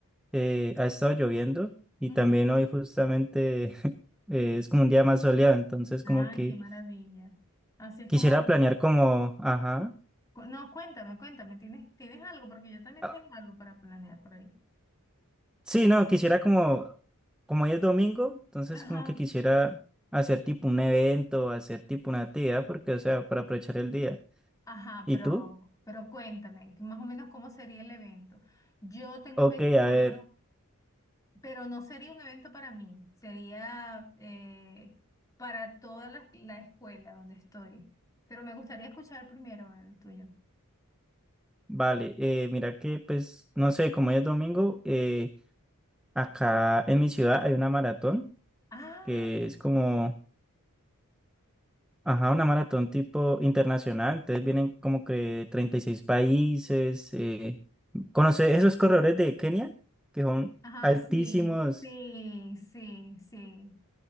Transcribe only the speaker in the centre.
eh, ha estado lloviendo y
también hoy justamente <laughs> eh, es como un día más soleado. Entonces
como que
quisiera
planear como, ajá.
Ah,
Sí, no, quisiera como, como hoy es domingo, entonces
como que quisiera hacer tipo un evento, hacer tipo una actividad, porque o sea, para aprovechar el día.
¿Y
tú?
Ok,
a ver.
Vale, eh, mira que pues, no sé, como hoy es domingo, eh, acá en mi ciudad hay una maratón
que es como, ajá, una maratón tipo internacional, entonces vienen como que 36 países, eh, conoce esos corredores de Kenia, que son
altísimos,